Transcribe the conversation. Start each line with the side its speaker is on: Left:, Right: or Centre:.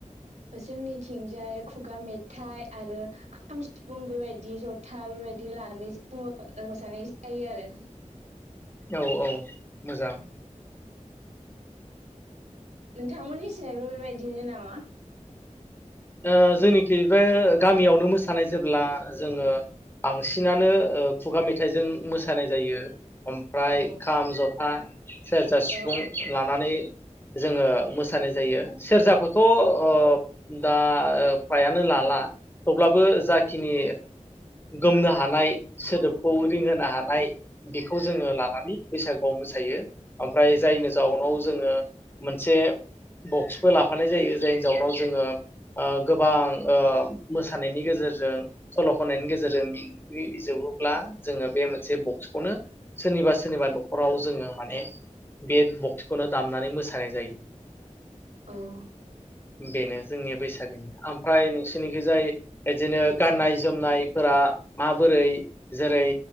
Right: जोंनिथिंजाय खुगा मेथाइ आरो खाम सिफुं बेबायदि जथा बेबायदि लानानै जोङो रंजानाय जायो आरो
Left: औ औ मोजां
Right: नोंथांमोननि सिनायबो बेबायदिनो नामा
Left: ओ जोंनिखि बे गामियावनो मोसानाय जेब्ला जोङो बांसिनानो खुगा मेथाइजों मोसानाय जायो ओमफ्राय
Right: औ
Left: खाम जथा सेरजा सिफुं
Right: औ
Left: लानानै जोङो मोसानो जायो सेरजाखौथ' अ
Right: औ
Left: दा फ्रायानो लाला थेवब्लाबो जाखिनि गोमनो हानाय सोदोबखौ रिंहोनो हानाय बेखौ जोङो लानानै बैसागुआव मोसायो ओमफ्राय जायनि जाउनाव जोङो मोनसे बक्सबो लाफानाय जायो जायनि जाउनाव जोङो गोबां मोसानायनि गेजेरजों सल' खननायनि गेजेरजों मिथिजोबोब्ला जोङो बे मोनसे बक्सखौनो सोरनिबा सोरनिबा न'खराव जोङो माने बे बक्सखौनो दामनानै मोसानाय जायो
Right: औ
Left: बेनो जोंनि बैसागोनि ओमफ्राय नोंसोरनिखौ जाय बिदिनो गाननाय जोमनायफोरा माबोरै जेरै